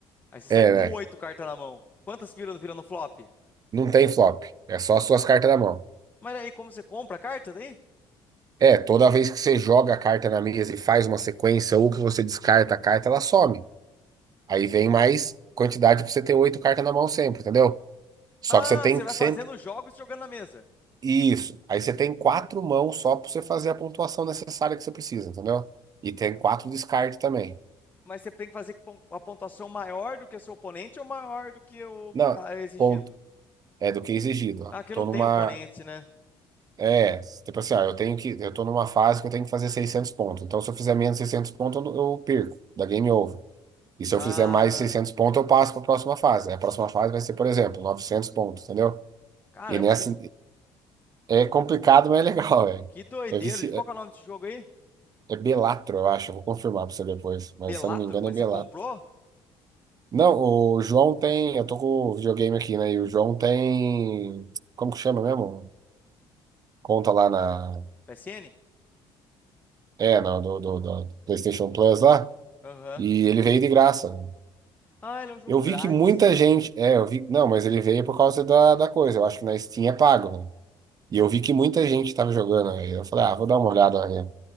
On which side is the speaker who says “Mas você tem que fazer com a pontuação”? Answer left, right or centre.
Left